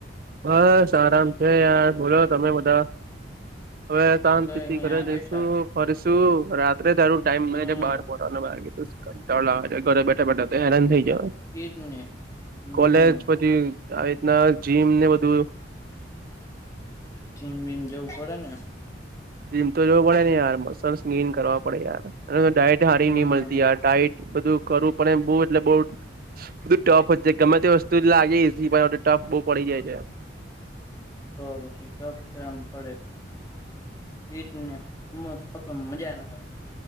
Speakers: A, on the right (about 50°); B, on the left (about 15°).
A: બસ, આરામ છે યાર. બોલો, તમે બધા હવે? તા
B: કઈ નઈ
A: ઘરે
B: આ
A: જઈશુ,
B: બેઠા
A: ફરશું. રાત્રે તારું ટાઈમ
B: હમ
A: મળે, બાર પહોંચે. ઘરે બેઠા બેઠા તો હૈરાન થઈ જય.
B: એજ ને હમ
A: કોલેજ પછી, આવી રીતના જીમ ને બધું.
B: જીમ બીમ જવું પડે ને.
A: જીમ તો જોવું પડે ને યાર. મસલ્સ ગો કરવા પડે યાર. ડાયટ હારી
B: હમ
A: નહી મળતી. ત ટાઈટ બધું કરું, પણ એમ બહુ એટલે બઉ. બધું ટફ જ છે. ગમે તે વસ્તુ લાગે, પણ ટફ બહુ પડી જાય છે.
B: તો પછી ટફ કેમ પડે? ઈદ ને હ ખબર મજા નાતી.